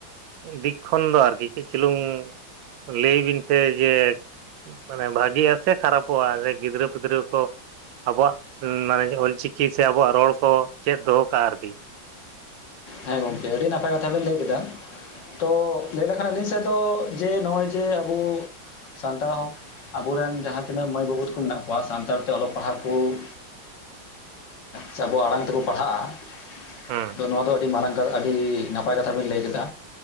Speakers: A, on the right (about 80°); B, on the left (about 70°).
A: ᱫᱤᱠ ᱠᱷᱚᱱ ᱫᱚ ᱟᱨᱠᱤ ᱪᱮᱫ ᱪᱩᱞᱩᱝ ᱞᱟᱹᱭ ᱵᱤᱱ ᱥᱮ ᱡᱮ ᱢᱟᱱᱮ ᱵᱷᱟᱹᱜᱤᱜᱼᱟ ᱥᱮ ᱠᱷᱟᱨᱟᱯᱚᱜᱼᱟ ᱥᱮ ᱜᱤᱫᱽᱨᱟᱹ ᱯᱤᱫᱽᱨᱟᱹ ᱠᱚ ᱟᱵᱚᱣᱟᱜ ᱢᱟᱱᱮ ᱚᱞ ᱪᱤᱠᱤ ᱥᱮ ᱟᱵᱚᱣᱟᱜ ᱨᱚᱲ ᱠᱚ ᱪᱮᱫ ᱫᱚᱦᱚ ᱠᱟᱜᱼᱟ ᱟᱨᱠᱤ
B: ᱦᱮᱸ ᱜᱚᱝᱠᱮ ᱟᱹᱰᱤ ᱱᱟᱯᱟᱭ ᱠᱟᱛᱷᱟ ᱵᱮᱱ ᱞᱟᱹᱭ ᱠᱮᱫᱟ᱾ ᱛᱚ ᱞᱟᱹᱭ ᱞᱮᱠᱷᱟᱱ ᱟᱞᱤᱧ ᱥᱮᱫ ᱫᱚ ᱡᱮ ᱱᱚᱜᱼᱚᱭ ᱡᱮᱢᱚᱱ ᱟᱵᱚ ᱥᱟᱱᱛᱟᱲ <unintelligible> ᱟᱵᱚ ᱨᱮᱱ ᱡᱟᱦᱟᱸ ᱛᱤᱱᱟᱹᱜ ᱢᱟᱹᱭ ᱵᱟᱹᱵᱩ ᱛᱟᱠᱚ ᱢᱮᱱᱟᱜ ᱠᱚᱣᱟ ᱥᱟᱱᱛᱟᱲ ᱛᱮ ᱚᱞᱚᱜ ᱯᱟᱲᱦᱟᱣ ᱠᱚ ᱥᱮ ᱟᱵᱚᱣᱟᱜ ᱟᱲᱟᱝ ᱛᱮᱠᱚ ᱯᱟᱲᱦᱟᱜᱼᱟ <inaudible>
A: ᱦᱩᱸ
B: ᱛᱚ ᱱᱚᱣᱟ ᱫᱚ ᱟᱹᱰᱤ ᱢᱟᱨᱟᱝ ᱟᱹᱰᱤ ᱱᱟᱯᱟᱭ ᱠᱟᱛᱷᱟ ᱵᱮᱤᱱ ᱞᱟᱹᱭ ᱠᱮᱫᱟ᱾